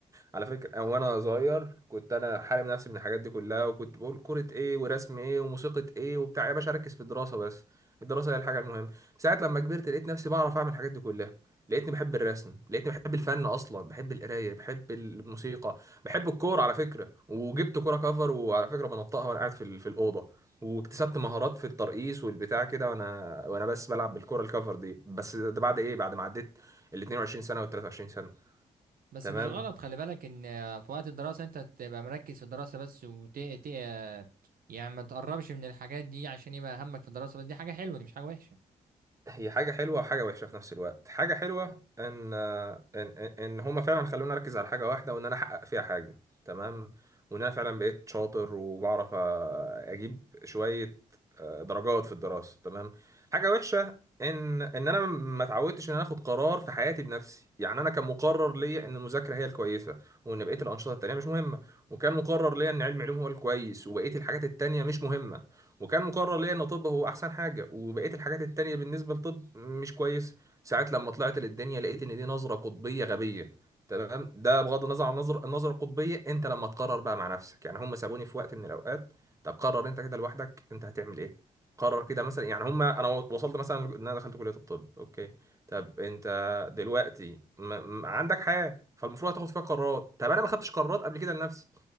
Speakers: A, on the right (about 20°); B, on the right (about 70°).
A: على فكرة أنا وأنا صغير كنت أنا حارم نفسي من الحاجات دي كلها وكنت بقول كرة إيه ورسم إيه وموسيقى إيه وبتاع يا باشا أركز في الدراسة بس الدراسة هي الحاجة المهمة ساعة لما كبرت لقيت نفسي بعرف أعمل الحاجات دي كلها لقيتني بحب الرسم لقيتني بحب الفن أصلا بحب القراية بحب الموسيقى بحب الكورة على فكرة وجبت كورة كفر وعلى فكرة بنطقها وأنا قاعد في ال- في الأوضة واكتسبت مهارات في الترقيص والبتاع كده وأنا وأنا بس بلعب بالكورة الكفر دي بس ده بعد إيه بعد ما عديت ال 22 سنة وال 23 سنة
B: بس
A: تمام
B: مش غلط خلي بالك ان في وقت الدراسه انت تبقى مركز في الدراسه بس وت ت- يعني ما تقربش من الحاجات دي عشان يبقى همك في الدراسه بس دي حاجه حلوه دي مش حاجه وحشه
A: هي حاجة حلوة وحاجة وحشة في نفس الوقت حاجة حلوة ان ان ان إن هما فعلا خلوني اركز على حاجة واحدة وان انا احقق فيها حاجة تمام وان انا فعلا بقيت شاطر وبعرف آه، اجيب شوية آه، درجات في الدراسة تمام حاجة وحشة ان ان انا ما اتعودتش ان انا اخد قرار في حياتي بنفسي يعني انا كان مقرر ليا ان المذاكرة هي الكويسة وان بقية الانشطة التانية مش مهمة وكان مقرر ليا ان علم علوم هو الكويس وبقية الحاجات التانية مش مهمة وكان مقرر ليا ان طب هو احسن حاجه وبقيه الحاجات التانية بالنسبه لطب مش كويس ساعات لما طلعت للدنيا لقيت ان دي نظره قطبيه غبيه تمام ده بغض النظر عن النظر النظره القطبيه انت لما تقرر بقى مع نفسك يعني هم سابوني في وقت من الاوقات طب قرر انت كده لوحدك انت هتعمل ايه قرر كده مثلا يعني هم انا وصلت مثلا ان انا دخلت كليه الطب اوكي طب انت دلوقتي م... م- عندك حياه فالمفروض هتاخد فيها قرارات طب انا ما خدتش قرارات قبل كده لنفسي